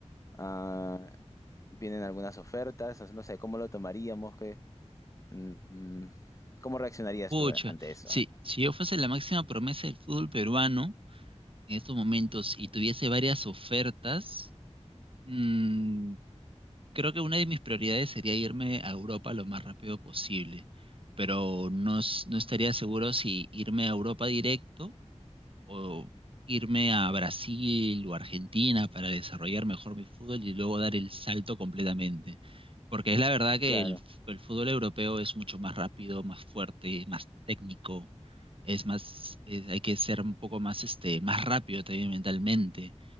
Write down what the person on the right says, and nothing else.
Pucha,
si
si yo fuese la máxima promesa del fútbol peruano en estos momentos y tuviese varias ofertas. mm, Creo que una de mis prioridades sería irme a Europa lo más rápido posible, pero no, s- no estaría seguro si irme a Europa directo o irme a Brasil o Argentina para desarrollar mejor mi fútbol y luego dar el salto completamente. Porque es la verdad que
el, f- el fútbol europeo es mucho más rápido, más fuerte, más técnico, es más, es- hay que ser un poco más, este, más rápido también mentalmente